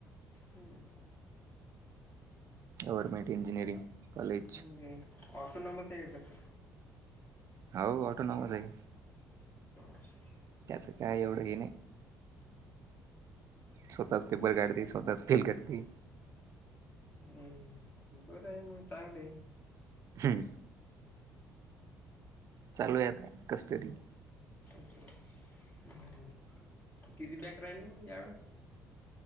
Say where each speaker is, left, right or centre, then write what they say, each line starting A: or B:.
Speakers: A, on the left; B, on the right.
A: हम्म.
B: Government engineering college.
A: <unintelligible> ऑटोनामस आहे कसं?
B: हाऊ ऑटोनोमस आहे.
A: अच्छा
B: त्याचं काय एवढं हे नाही. स्वतःच पेपर, काढते स्वतःच फेल करते.
A: हम्म बरं आहे मग चांगलं आहे.
B: हम्म, चालू आहे आता कसं तरी.
A: ओके. <unintelligible> किती बॅट राहिले मग यावेेळेस?